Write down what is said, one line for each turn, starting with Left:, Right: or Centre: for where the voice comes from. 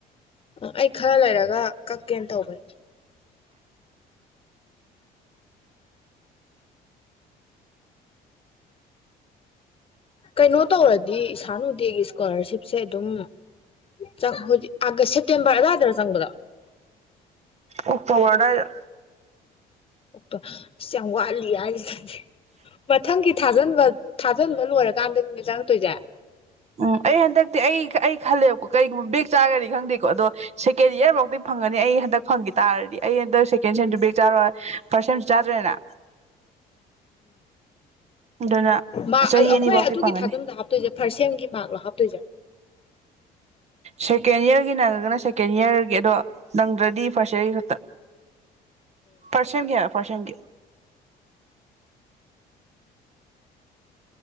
Left: ꯎ ꯑꯩ ꯈꯔ ꯂꯩꯔꯒ ꯀꯛꯀꯦꯅ ꯇꯧꯕꯅꯤ ꯀꯩꯅꯣ ꯇꯧꯔꯗꯤ ꯏꯁꯥꯅ ꯎꯗꯦꯒꯤ ꯏꯁꯀꯣꯂꯥꯔꯁꯤꯞꯁꯦ ꯑꯗꯨꯝ ꯆ ꯍꯧꯖꯤ ꯑꯒꯁ ꯇꯦꯝꯕꯔ ꯑꯗꯨꯋꯥꯏꯗꯔ ꯆꯪꯕꯗꯣ
Right: ꯑꫭꯛꯇꫭꯕꯔ ꯑꯗꯥꯏꯗ
Left: ꯑꫭꯛꯇꫭ ꯑꯁ ꯌꯥꯝ ꯋꯥꯠꯂꯤ ꯍꯥꯏꯔꯤꯁꯤꯗꯤ ꯃꯊꯪꯒꯤ ꯊꯥꯖꯟꯕ ꯊꯥꯖꯟꯕ ꯂꯣꯏꯔꯀꯥꯟꯗ ꯅꯤꯅꯦ ꯆꯪꯉꯛꯇꯣꯏꯁꯦ
Right: ꯎꯝ ꯑꯩ ꯍꯟꯗꯛꯇꯤ ꯑꯩ ꯑꯩ ꯈꯜꯂꯦꯕ ꯕꯦꯛ ꯆꯥꯔꯒꯗꯤ ꯈꯪꯗꯦꯀꫭ ꯑꯗꯣ ꯁꯦꯀꯦꯟ ꯏꯌꯥꯔ ꯐꯥꯎꯗꯤ ꯐꯪꯒꯅꯤ ꯑꯩ ꯍꯟꯗꯛ ꯐꯪꯒꯤ ꯇꯥꯔꯗꯤ ꯑꯩ ꯍꯟꯗꯛ ꯁꯦꯀꯦꯟ ꯁꯦꯝꯁꯨ ꯕꯦꯛ ꯆꯥꯔꯣꯏ ꯐꯥꯔꯁꯠ ꯁꯦꯝꯁꯨ ꯆꯥꯗ꯭ꯔꯦꯅ ꯑꯗꯨꯅ
Left: ꯃꯥꯛ
Right: ꯆꯍꯤ
Left: ꯑ ꯑꯩꯈꯣꯏ
Right: ꯑꯅꯤꯐꯧꯗꯤ
Left: ꯑꯗꯨꯒꯤ
Right: ꯐꯪꯒꯅꯤ
Left: ꯊꯥꯖꯝꯟꯕꯗ ꯍꯥꯞꯇꯣꯏꯁꯦ ꯐꯥꯔꯁ ꯁꯦꯝꯒꯤ ꯃꯥꯔꯛꯂꯣ ꯍꯥꯞꯇꯣꯏꯁꯦ
Right: ꯁꯦꯀꯦꯟ ꯏꯌꯥꯔꯒꯤ ꯅꯪꯒꯅ ꯁꯦꯀꯦꯟ ꯏꯌꯥꯔꯒꯤ ꯑꯗꯣ ꯅꯪꯗ꯭ꯔꯗꯤ ꯐꯥꯔꯁ ꯏꯌꯥꯔꯒꯤ ꯈꯛꯇ ꯐꯥꯔꯁ ꯁꯦꯝꯒꯤ ꯍꯥꯏꯌꫭ ꯐꯥꯔꯁ‌ ꯁꯦꯝꯒꯤ